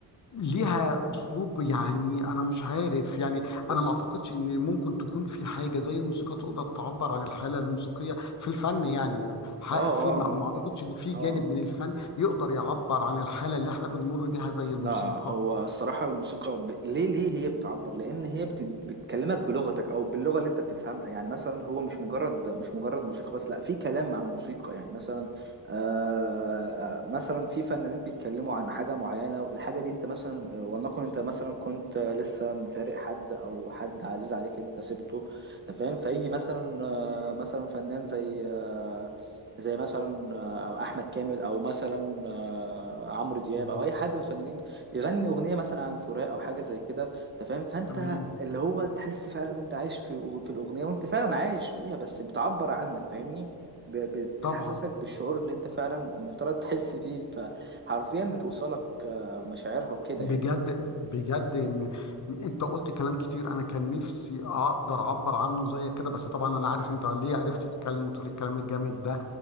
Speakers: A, on the left; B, on the right.
A: ليها اسلوب يعني انا مش عارف يعني
B: بص
A: انا ما اعتقدش ان ممكن تكون في حاجه زي الموسيقى تقدر تعبر عن الحاله الموسيقيه في الفن يعني ح-
B: اه
A: في
B: اه
A: ما ما
B: اه
A: اعتقدش
B: اه
A: ان في
B: اه
A: جانب
B: آه.
A: من الفن يقدر يعبر عن الحاله اللي احنا بنمر بيها زي الموسيقى
B: لا هو الصراحة الموسيقى ب... ليه ليه هي بتعبر؟ لأن هي بت... بتكلمك بلغتك أو باللغة اللي أنت بتفهمها، يعني مثلا هو مش مجرد مش مجرد موسيقى بس، لا في كلام مع الموسيقى، يعني مثلا آه... آه، مثلا في فنانين بيتكلموا عن حاجة معينة، الحاجة دي أنت مثلا آه، ولنكن أنت مثلا كنت لسه مفارق حد أو حد عزيز عليك أنت سبته، أنت فاهم؟ فيجي مثلا آه... مثلا فنان زي آه... زي مثلا آه، احمد كامل او مثلا آه، عمرو دياب
A: مم.
B: او اي حد من الفنانين يغني اغنيه مثلا عن فراق او حاجه زي كده انت فاهم فانت
A: تمام
B: اللي هو تحس فعلا ان انت عايش في في الاغنيه وانت فعلا عايش فيها بس بتعبر عنك فاهمني ب- ب- بتحسسك
A: طبعا
B: بالشعور اللي انت فعلا المفترض تحس فيه فحرفيا بتوصلك آه، مشاعرها وكده
A: بجد
B: يعني
A: بجد م- م- انت قلت كلام كتير انا كان نفسي اقدر اعبر عنه زيك كده بس طبعا انا عارف انت ليه عرفت تتكلم وتقول الكلام الجامد ده